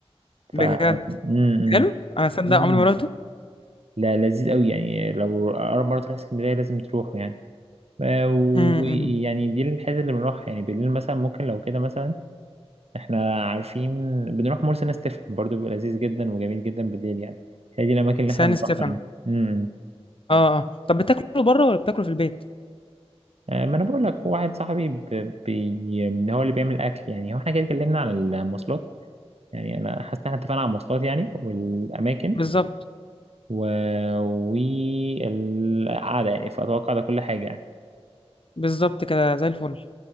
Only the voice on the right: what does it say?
ف م-
م-
م- لا لذيذ قوي يعني لو اقرب مره تروح اسكندريه لازم تروحوا يعني آه، ويعني
دي الحتة اللي بنروح يعني بالليل مثلا ممكن لو كده مثلا احنا عارفين بنروح مرسى نستفهم برضو بيبقى لذيذ جدا وجميل جدا بالليل يعني هي دي الأماكن اللي
احنا بنروحها
يعني امم امم.
آه، ما انا بقول لك واحد صاحبي ب... بي... هو اللي بيعمل اكل يعني هو احنا كده اتكلمنا عن المواصلات يعني انا حاسس ان احنا اتفقنا على المواصلات يعني والاماكن
و... والقعده يعني فاتوقع ده كل حاجه يعني